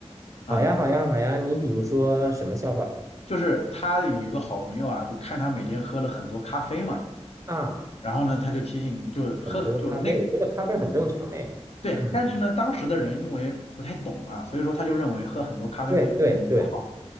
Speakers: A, on the left (about 65°); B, on the right (about 30°).
A: 啊，
B: 好呀，好呀，好呀。你比如说什么笑话
A: 就是他有一个好朋友啊，就看他每天喝了很多咖啡嘛，
B: 啊？
A: 然后呢，他就提醒，就喝就那。
B: 很多咖啡，我觉得咖啡很正常嘞。
A: 对，
B: 嗯，
A: 但是呢，当时的人因为不太懂嘛，所以说他就认为喝很多咖啡会对身体不好。
B: 对对对，